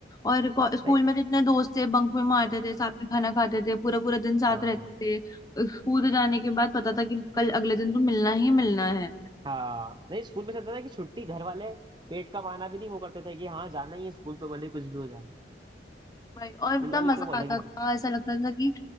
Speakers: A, on the left (about 20°); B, on the right (about 25°).
A: और को- स्कूल
B: नहीं
A: में तो इतने दोस्त थे बंक में मारते थे साथ में खाना खाते थे पूरा पूरा दिन साथ
B: हाँ
A: रहते थे स्कूल से जाने के बाद पता था कि कल अगले दिन तो मिलना ही मिलना है
B: हाँ नहीं स्कूल में ऐसा होता था कि छुट्टी घर वाले पेट का बहाना भी नहीं वो करते थे कि हाँ जाना ही है स्कूल तो भले ही कुछ भी हो जाए
A: भाई और
B: स्कूल
A: इतना
B: वाली
A: मजा
B: तो वो अलग
A: आता
B: ही
A: था
B: थी
A: ऐसा लगता था कि